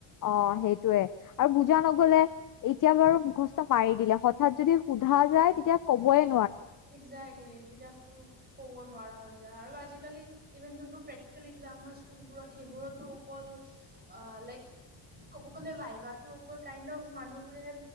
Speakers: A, on the left (about 45°); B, on the right (about 20°).
A: অ সেইটো য়ে, আৰু বুজা নগলে এতিয়া বাৰু মুখস্থ মাৰি দিলে, হঠাৎ যদি সোধা যায় তেতিয়া ক'বই
B: একজ্টলি, তেতিয়া ক'ব নোৱাৰা হৈ যায়, আৰু আজি আজিকালি ইভেন যোনবোৰ প্ৰেক্টিকেল এক্জাম হয় স্কুলবোৰত সেইবোৰতো অকল লাইক ক'ব গ'লে ভাইভাো অকল কাইণ্ড অফ মানুহবোৰে